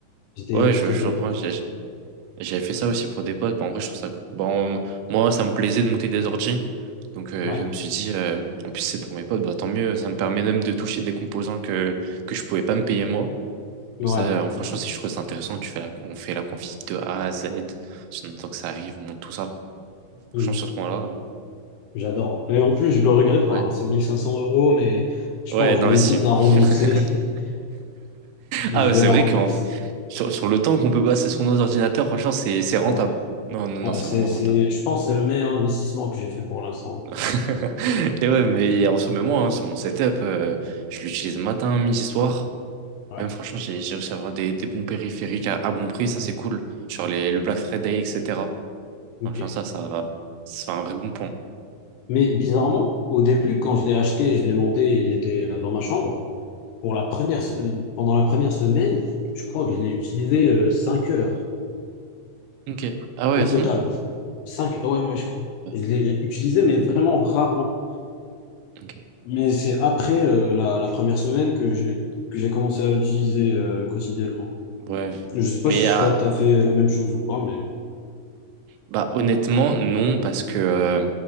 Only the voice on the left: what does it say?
J'étais
très
bien
entouré.
Ouais,
ouais.
Mm.
J'adore. Et en plus, je le regrette pas.
hein. C'est 1500 euros, mais je
pense,
je vais vite la rembourser.
<laughs>
Je
vais
la
rembourser.
Ah ouais.
Ouais,
c'est,
c'est,
je pense que c'est le meilleur investissement que j'ai fait pour l'instant.
Ouais.
Ok.
Mais bizarrement, au début, quand je l'ai acheté et je l'ai monté, il était euh, dans ma chambre. Pour la première, se- pendant la première semaine, je crois que je l'ai utilisé euh, 5 heures
au total.
cinq ouais, ouais, je crois.
Je l'ai utilisé, mais vraiment rarement.
Mais c'est après euh, la, la première semaine que j'ai que j'ai commencé à l'utiliser euh, quotidiennement.
Je sais pas
si
ça t'a fait la même chose ou pas, mais